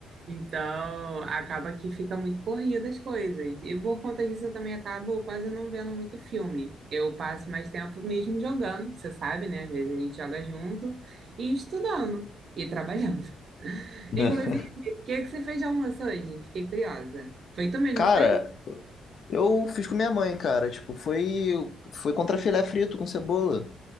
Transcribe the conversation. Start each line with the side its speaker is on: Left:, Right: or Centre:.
Right: Então, acaba que fica muito corrida as coisas. E por conta disso, eu também acabo quase não vendo muito filme. Eu passo mais tempo mesmo jogando, você sabe, né? Às vezes a gente joga junto e estudando e trabalhando. <laughs>
Left: <laughs>
Right: Inclusive, o que que você fez de almoço hoje? Fiquei curiosa. Foi tu mesmo
Left: Cara,
Right: que fez?
Left: Eu fiz com minha mãe, cara. Tipo, foi, foi contra filé frito com cebola.